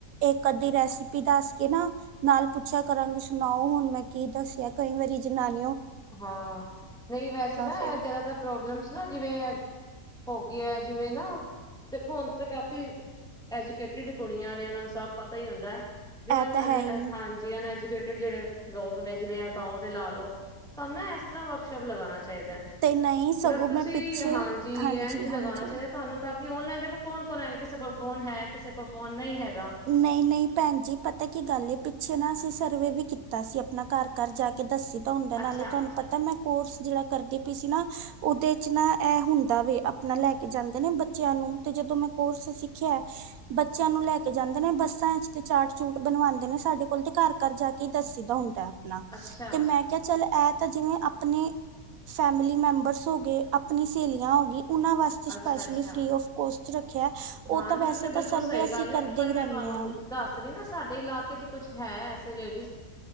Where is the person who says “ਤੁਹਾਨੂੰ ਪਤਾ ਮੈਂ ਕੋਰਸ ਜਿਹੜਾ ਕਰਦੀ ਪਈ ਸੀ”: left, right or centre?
Right